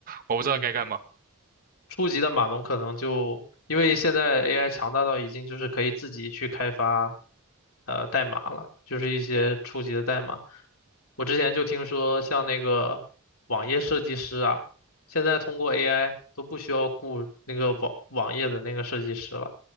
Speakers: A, on the right; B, on the left.
A: 我不知道该干嘛。
B: 嗯，初级的码农可能就因为现在 AI 强大到已经就是可以自己去开发呃代码了，就是一些初级的代码。我之前就听说像那个网页设计师啊，现在通过 AI 都不需要雇那个网网页的那个设计师了，